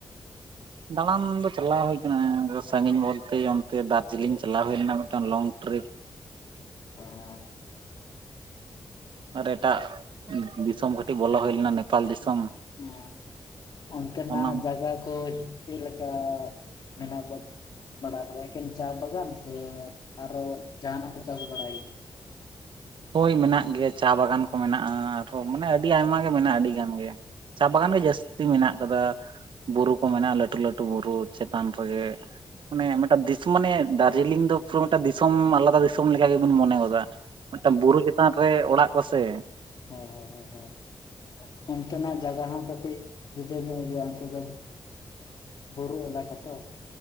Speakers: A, on the right; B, on the left.
A: ᱫᱟᱬᱟᱱ ᱫᱚ ᱪᱟᱞᱟᱣ ᱦᱩᱭ ᱟᱠᱟᱱᱟᱻ ᱥᱟᱺᱜᱤᱧ ᱵᱚᱞᱛᱮ ᱚᱱᱛᱮ ᱫᱟᱨᱡᱤᱞᱤᱝ ᱪᱟᱞᱟᱣ ᱦᱩᱭ ᱞᱮᱱᱟ ᱢᱤᱫᱴᱟᱝ ᱞᱚᱝ ᱴᱨᱤᱯ᱾
B: ᱦᱮᱸᱻ
A: ᱟᱨ ᱮᱴᱟᱜ ᱫᱤᱥᱚᱢ ᱠᱟᱹᱴᱤᱡ ᱵᱚᱞᱚ ᱦᱩᱭ ᱞᱮᱱᱟ ᱱᱮᱯᱟᱞ ᱫᱤᱥᱚᱢ᱾
B: ᱦᱮᱸ, ᱚᱱᱛᱮᱱᱟᱜ
A: ᱚᱱᱟ
B: ᱡᱟᱜᱟ ᱠᱚ ᱪᱮᱫ ᱞᱮᱠᱟ ᱢᱮᱱᱟᱜ ᱫᱚ? ᱵᱟᱰᱟᱭ ᱫᱚᱞᱮ ᱮᱠᱮᱱ ᱪᱟ ᱵᱟᱜᱟᱱ ᱥᱮ ᱟᱨᱚ ᱡᱟᱦᱟᱱᱟᱜ ᱠᱚ ᱪᱟᱥ ᱵᱟᱲᱟᱭ?
A: ᱦᱳᱭ ᱢᱮᱱᱟᱜ ᱜᱮᱭᱟ ᱪᱟ ᱵᱟᱜᱟᱱ ᱠᱚ ᱢᱮᱱᱟᱜᱼᱟᱻ ᱟᱨᱦᱚᱸ ᱢᱟᱱᱮ ᱟᱹᱰᱤ ᱟᱭᱢᱟ ᱜᱮ ᱢᱮᱱᱟᱜᱼᱟ ᱟᱹᱰᱤ ᱜᱟᱱ ᱜᱮ᱾ ᱪᱟ ᱵᱟᱜᱟᱱ ᱜᱮ ᱡᱟᱹᱥᱛᱤ ᱢᱮᱱᱟᱜ ᱠᱟᱫᱟ᱾ ᱵᱩᱨᱩ ᱠᱚ ᱢᱮᱱᱟᱜᱼᱟ ᱞᱟᱹᱴᱩ ᱞᱟᱹᱴᱩ ᱵᱩᱨᱩ ᱪᱮᱛᱟᱱ ᱨᱮᱜᱮ᱾
B: ᱦᱮᱸ
A: ᱢᱟᱱᱮ ᱢᱤᱫᱴᱟᱜ ᱫᱤᱥᱩ ᱢᱟᱱᱮ ᱫᱟᱨᱡᱤᱞᱤᱝ ᱫᱚ ᱯᱩᱨᱚ ᱢᱤᱫᱴᱟᱜ ᱫᱤᱥᱚᱢ ᱟᱞᱟᱫᱟ ᱫᱤᱥᱚᱢ ᱞᱮᱠᱟ ᱜᱮᱵᱮᱱ ᱢᱚᱱᱮ ᱜᱚᱫᱟ᱾ ᱢᱤᱫᱴᱟᱝ ᱵᱩᱨᱩ ᱪᱮᱛᱟᱱ ᱨᱮ ᱚᱲᱟᱜ ᱠᱚᱥᱮ᱾
B: ᱦᱚᱭ ᱦᱚᱭ ᱦᱚᱭ ᱦᱚᱭ ᱚᱱᱛᱮᱱᱟᱜ ᱡᱟᱜᱟ ᱠᱟᱹᱴᱤᱡ ᱡᱩᱫᱟᱹ ᱧᱚᱜ ᱜᱮᱭᱟ ᱚᱱᱛᱮ ᱫᱚ ᱵᱩᱨᱩ ᱮᱞᱟᱠᱟ ᱛᱚ᱾